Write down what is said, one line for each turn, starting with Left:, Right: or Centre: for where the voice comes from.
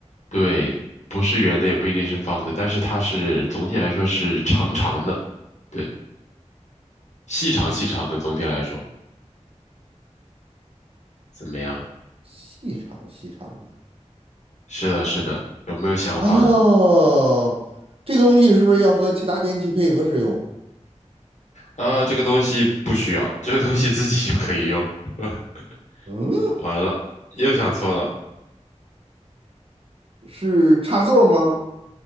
Left: 对，不是圆的，也不一定是方的，但是它是总体来说是长长的，对，细长细长的，总体来说。怎么样？
Right: 细长细长的。
Left: 是的，是的，有没有想法呢？
Right: 哦，这个东西是不是要和其他电器配合使用？
Left: 啊，这个东西不需要，这个东西自己就可以用。<laughs>
Right: 嗯，
Left: 完了，又想错了。
Right: 是插座吗？